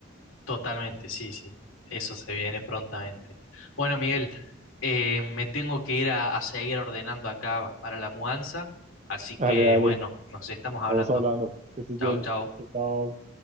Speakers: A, on the left; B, on the right.
A: Totalmente, sí, sí. Eso se viene prontamente. Bueno, Miguel, eh, me tengo que ir a, a seguir ordenando acá para la mudanza, así
B: Dale,
A: que
B: dale,
A: bueno, nos estamos
B: estamos
A: hablando.
B: hablando. Que estés
A: Chau,
B: bien.
A: chau.
B: Chao, chao.